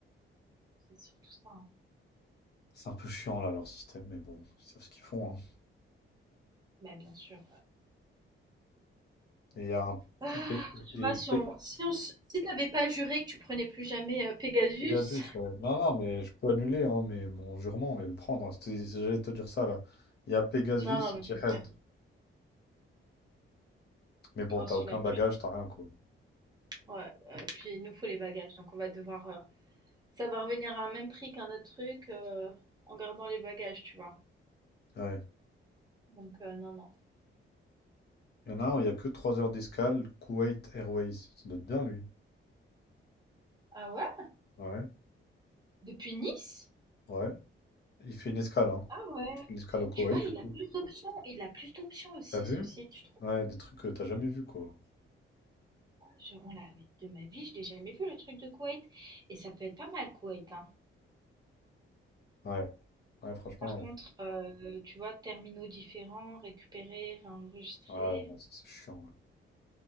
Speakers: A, on the right; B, on the left.
A: C'est surtout ça. hein.
B: C'est un peu chiant, là, leur système, mais bon, ils savent ce qu'ils font. hein.
A: Bah, bien sûr.
B: Et il y a un...
A: Ah, tu
B: Et,
A: vois, si
B: et-
A: on, si on, s- si t'avais pas juré que tu prenais plus jamais euh, Pegasus,
B: Pegasus, ouais. Non, non, mais je peux annuler, hein, mais mon jurement, mais le prendre. hein. C'est- c'est- J'allais te dire ça, là. Il y a Pegasus
A: non, non, mais
B: et Jihad.
A: grosse flemme,
B: Mais bon,
A: grosse
B: t'as aucun
A: flemme.
B: bagage, t'as rien, quoi.
A: Ouais, ouais, et puis il nous faut les bagages, donc on va devoir, euh, ça va revenir à un même prix qu'un autre truc euh, en gardant les bagages, tu vois.
B: Ouais.
A: Donc euh, non, non.
B: Il y en a un où il y a que 3 heures d'escale, Kuwait Airways. Ça doit être bien, lui.
A: Ah ouais?
B: Ouais,
A: Depuis Nice?
B: ouais. Il fait une escale, hein.
A: Ah ouais.
B: Il fait une escale au Koweït.
A: Tu vois,
B: du
A: il
B: coup.
A: a plus d'options, il a plus d'options aussi
B: T'as vu?
A: ce site, je trouve.
B: Ouais, des trucs que t'as jamais vu, quoi.
A: Ah, je- on l'a- mais de ma vie, je l'ai jamais vu le truc de Kuwait, et ça peut être pas mal Kuwait, hein.
B: Ouais, ouais, franchement,
A: Par contre,
B: ouais.
A: euh, tu vois, terminaux différents, récupérer, réenregistrer,
B: Ah, bon, ça, c'est chiant, ouais.